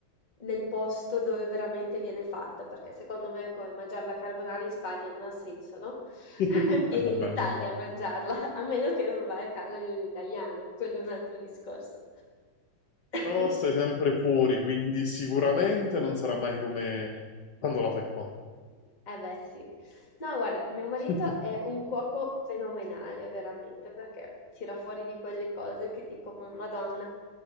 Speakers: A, on the left; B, on the left.
A: nel posto dove veramente viene fatta, perché secondo me è come mangiare la carbonara in Spagna non ha senso, no?
B: Eh,
A: <laughs> Vieni
B: vabbè,
A: in Italia
B: è normale.
A: a mangiarla, a meno che non vai a casa di un italiano, quello è un altro discorso. <coughs>
B: No, stai sempre fuori, quindi sicuramente non sarà mai come quando la fai qua.
A: Eh beh, sì. No, guarda, mio marito
B: <laughs>
A: è un cuoco fenomenale, veramente, perché tira fuori di quelle cose che dico, "Ma Madonna,